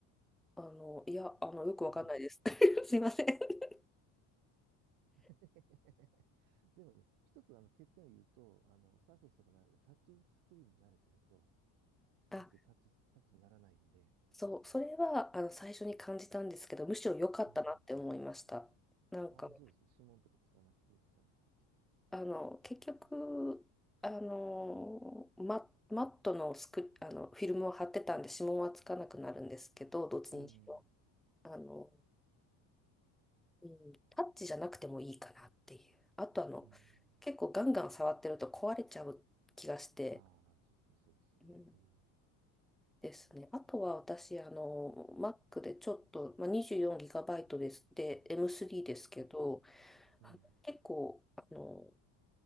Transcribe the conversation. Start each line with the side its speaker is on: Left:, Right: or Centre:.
Centre: あの、いや、あの、よくわかんないです。
Right: う。うん。
Centre: <laughs> すいません。<laughs>
Right: <laughs> でもね、一つあの欠点を言うと、あの、サーフェスとか慣れて、タッチスクリーンに慣れてると、うまくタッチ、
Centre: あ、
Right: タッチにならないんで、
Centre: そう、それは、あの、最初に感じたんですけど、むしろ良かったなって思いました。
Right: うん。
Centre: なんか、
Right: ああ、そうですか、指紋とかつかなくて、みたいな感じですか。
Centre: あの、結局、あの、マ、マットのスク、あの、フィルムを貼ってたんで、指紋はつかなくなるんですけど、どっちにしろ、
Right: うん。
Centre: あの、うん、タッチじゃなくてもいいかなっていう。あと、あの、
Right: うん。
Centre: 結構ガンガン触ってると壊れちゃう気がして、
Right: ああ、そっか、そうですよね。
Centre: うん
Right: うん。
Centre: ですね。あとは私、あの、Mac でちょっと、まあ、24GB です。で、M3 ですけど、
Right: うん。うん。
Centre: あの結構、あの、